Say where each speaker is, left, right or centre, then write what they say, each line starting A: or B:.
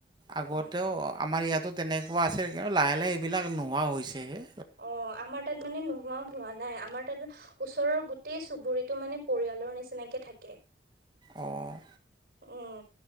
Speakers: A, on the right; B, on the right.
A: আগতেও
B: উম,
A: আমাৰ ইয়াতো তেনেকুৱা আছে লাহে লাহে এইবিলাক নোহোৱা হৈছে হে
B: অ আমাৰ তাত মানে ন, হোৱা নাই আমাৰ তাত ওচৰৰ গোটেই চুবুৰীটো মানে পৰিয়ালৰ নিচিনাকে থাকে
A: অঁ
B: উম